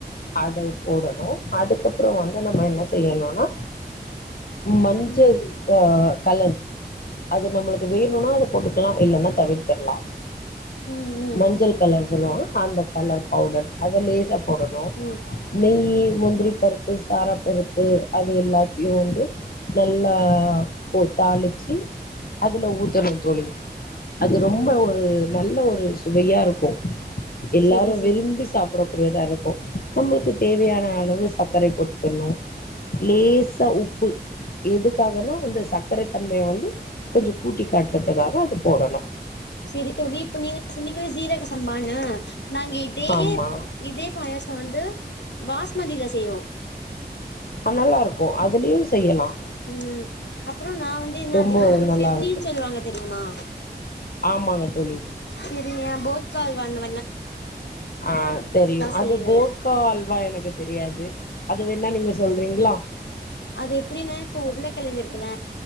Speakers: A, on the left (about 60°); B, on the left (about 85°).
A: அத போடணு அதுக்கப்புறோ வந்து நம்ம என்ன செய்யணுனா மஞ்ச
B: ம்
A: அ கலர் அது நம்மளுக்கு வேணுனா அத போட்டுக்குலா இல்லனா தவிர்த்திர்லா
B: ம் ம்
A: மஞ்சள் கலர் சொல்லுவாங்க அந்த கலர் பௌடர் அத லேசா போடணு
B: ம்
A: நெய்யி முந்திரி பருப் பு சாராப்பருப்பு அது எல்லாத்தியு வந்து நல்லா சோ தாளிச்சி அதுல ஊத்தனு தோழி அது ரொம்ப
B: ம்
A: ஒரு நல்ல ஒ ரு சுவையாருக்கு எல்லாரு
B: செரி செரி
A: விரும்பி சாப்பிடக் கூடியதா இருக்கு நம்ளுக்கு தேவையான அளவு சர்க்கரை போட் க்கனோ லேசா உப்பு எதுக்காகனா வந்து ச தன்மைய வந்து கொஞ்சோ கூட்டி காட்டறதுக்காக அது போடணு
B: செரி தோழி இப்ப நீங்க சொன்னீங்கல்ல சீரக சம்பான்னு நாங்க இதே
A: ஆமா
B: இதே பாயசோ வந்து பாஸ்மதில செய்வோ
A: அ நல்லாருக்கோ அதுலியு செய்யலா
B: ம் அப்பறோ நா வந்து இன்னு
A: ரொம்ப
B: அதிகம்
A: ஒரு நல்லா
B: சிர்னீன்
A: இருக்கு
B: சொல்லுவாங்க தெரியுமா
A: ஆமாங்க தோழி
B: சிருனியா போட்கா அல்வால்ன்னு
A: ஆ தெரியு
B: செய்வே
A: அது போட்கா அல்வா எனக்கு தெரியாது அது வேண்ணா நீங்க சொல்றீங்ளா
B: அது எப்புடினா இப்போ உருளக்கெழங்கு இருக்குல்ல